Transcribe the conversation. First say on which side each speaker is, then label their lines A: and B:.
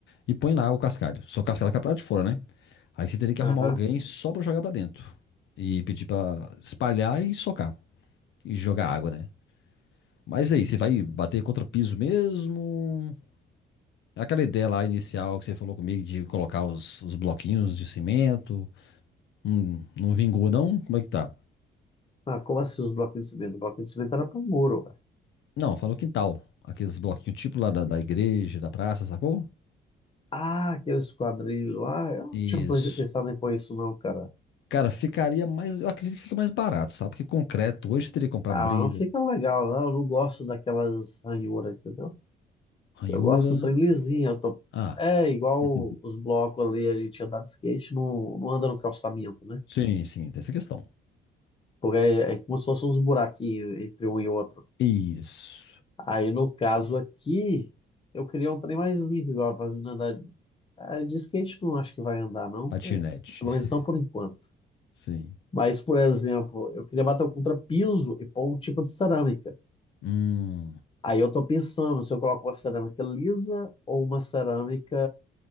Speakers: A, on the left (about 65°); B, on the left (about 25°).
A: e põe lá o cascalho. Só que o cascalho fica pra lá de fora, né? Aí você teria que
B: Aham.
A: arrumar alguém só pra jogar pra dentro e pedir pra espalhar e socar e jogar água, né? Mas aí, você vai bater contra piso mesmo? Aquela ideia lá inicial que você falou comigo de colocar os, os bloquinhos de cimento, hum, não vingou não? Como é que tá?
B: Ah, como assim os bloquinhos de cimento? O bloquinho de cimento era pro muro, ué.
A: Não, falou quintal. Aqueles bloquinhos tipo lá da, da igreja, da praça, sacou?
B: Ah, aqueles quadrilhos lá. Eu não
A: Isso.
B: tinha ple- pensado em pôr isso não, cara.
A: Cara, ficaria mais. Eu acredito que fica mais barato, sabe? Porque concreto hoje você teria que comprar
B: Ah,
A: brida,
B: mas não fica legal, não. Eu não gosto daquelas ranhuras, entendeu?
A: ranhura.
B: Eu gosto do trem lisinho. Eu tô...
A: Ah,
B: É igual
A: <laughs>
B: os blocos ali, a gente andar de skate, não, não anda no calçamento, né?
A: sim, sim, tem essa questão.
B: Porque é, é como se fossem uns buraquinhos entre um e outro.
A: Isso.
B: Aí, no caso aqui, eu queria um trem mais livre, igual pra não andar. de ah, de skate não acho que vai andar, não.
A: Patinete.
B: É, pelo
A: <laughs>
B: menos não por enquanto.
A: Sim.
B: Mas, por exemplo, eu queria bater o contrapiso e pôr um tipo de cerâmica.
A: Hum.
B: Aí eu tô pensando se eu coloco uma cerâmica lisa ou uma cerâmica